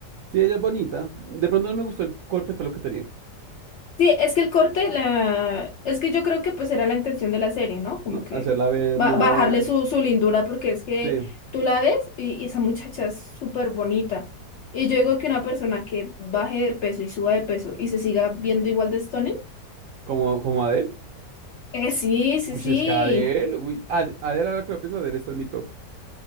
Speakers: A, on the right; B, on the left.
A: sí, ella es bonita. De pronto no me gustó el corte de pelo que tenía.
B: Sí, es que el corte, la... es que yo creo que pues era la intención de la serie, ¿no? Como
A: No,
B: que
A: hacerla ver
B: ba-
A: más,
B: bajarle su, su lindura porque es que
A: sí,
B: tú la ves y, y esa muchacha es súper bonita. Y yo digo que una persona que baje de peso y suba de peso y se siga viendo igual de stunning,
A: como, como Adele.
B: eh, sí, sí,
A: Uy,
B: sí.
A: es que Adele, uy, Ad- Adele, ahora que lo pienso, Adele está en mi top.